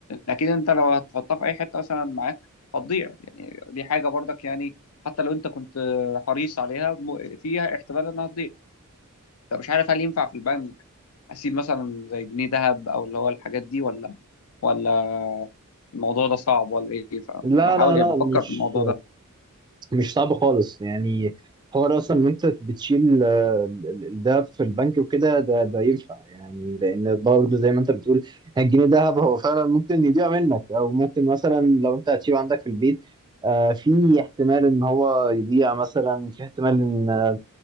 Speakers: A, on the left; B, on the right.
A: اكيد انت لو هتحطها في اي حته مثلا معاك هتضيع يعني دي حاجه برضك يعني حتى لو انت كنت حريص عليها م- فيها احتمال انها تضيع فمش عارف هل ينفع في البنك اسيب مثلا زي جنيه ذهب او اللي هو الحاجات دي ولا ولا الموضوع ده صعب ولا ايه فبحاول
B: لا لا لا
A: يعني بفكر
B: مش
A: في الموضوع ده
B: مش صعب خالص يعني حوار اصلا ان انت بتشيل آه، ال- ال- ده في البنك وكده ده ده ينفع يعني لان برضه زي ما انت بتقول الجنيه دهب هو فعلا ممكن يضيع منك او ممكن مثلا لو انت هتسيبه عندك في البيت آه، في احتمال ان هو يضيع مثلا في احتمال ان